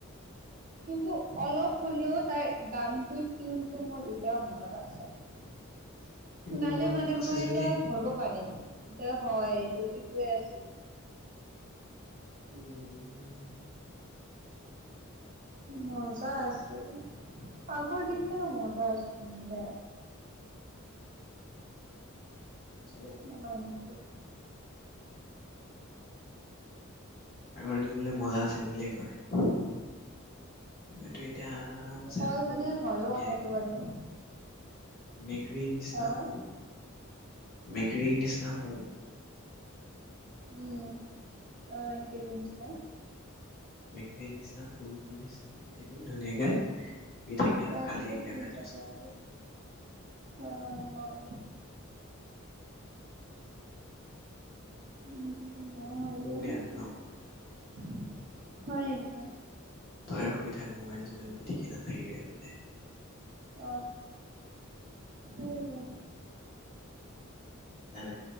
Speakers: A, on the right; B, on the left.
A: কিন্তু অলপ হ'লেও তাই গানটোৰ টিউনটো মোৰ এতিয়াও মনত আছে।
B: টিফিন
A: শুনালে
B: মনত
A: মানে
B: আছে
A: মই
B: যদি
A: এতিয়া ধৰিব পাৰিম। যে হয় এইটো ইটোৱে আছিল।
B: উম,
A: মজা আছিল আগৰ দিন। মোৰ মজা আছিল দে।
B: চবে এনেকে
A: অ মানিছো।
B: আগৰ দিনবিলাক মজা আছিল বুলিয়ে কয়। মইতো এতিয়া আৰামছে
A: কয়
B: শুম
A: মানে হয়ো
B: ধুনীয়াকে।
A: কথাটো বাৰু
B: মেকুৰীৰ নিচিনা
A: অ
B: শুম মেকুৰীৰ নিচিনা শুম।
A: উম, অ মেকুৰী নিছিনা।
B: মেকুৰীৰ নিচিনা সৰুটো নিচিনা। থাকিম ধুনীয়াকে থাকি আৰু
A: তাৰপিছত
B: কালি একেবাৰে
A: শুই যাবা
B: দহটাত।
A: আৰু অ মই
B: উম
A: আ মই এজন
B: দে
A: <unintelligible>
B: আৰু ন
A: হয় এতিয়া
B: তই শুই থাক মোবাইল চোবাইল পিটিকি নাথাকিবি আৰু দে
A: অ উম
B: নাই নাই